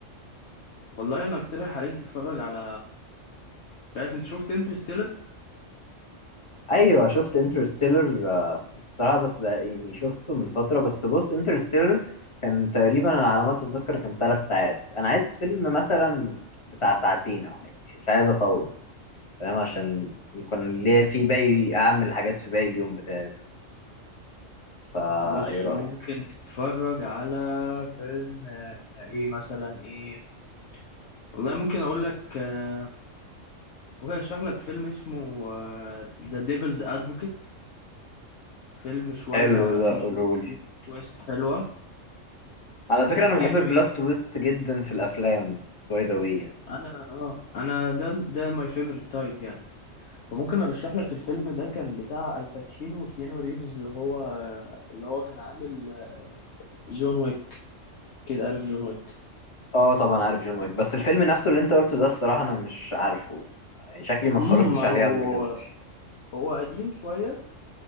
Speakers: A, on the left; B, on the left.
A: والله انا اقترح عليك تتفرج على مش عارف انت شفت انترستيلر
B: ايوه شفت انترستيلر بصراحه بس بقى يعني شفته من فتره بس بص انترستيلر كان تقريبا انا على ما اتذكر كان ثلاث ساعات انا عايز فيلم مثلا بتاع ساعتين او حاجه مش, مش عايز اطول فاهم عشان يكون ليا في باقي اعمل حاجات في باقي اليوم بتاعي وكده فا
A: بص
B: ايه رايك
A: ممكن تتفرج على فيلم آه، ايه مثلا ايه والله ممكن اقول لك آه، ممكن اشرح لك فيلم اسمه ذا ديفلز ادفوكيت فيلم شوية
B: حلو ده
A: فيه
B: قولولي
A: تو- فيه تويست حلوة
B: على فكره
A: بتاع
B: انا
A: كيانو
B: بحب البلوت
A: ريفز
B: تويست جدا في الافلام باي ذا واي
A: انا اه انا ده ده ماي فيفورت تايب يعني فممكن ارشح لك الفيلم ده كان بتاع الباتشينو وكيانو ريفز اللي هو اللي هو كان عامل آه، جون ويك كده عارف جون ويك
B: اه طبعا عارف جون ويك بس الفيلم نفسه اللي انت قلته ده الصراحه انا مش عارفه يعني شكلي ما اتفرجتش
A: امم ما
B: عليه
A: هو
B: قبل كده
A: هو قديم شوية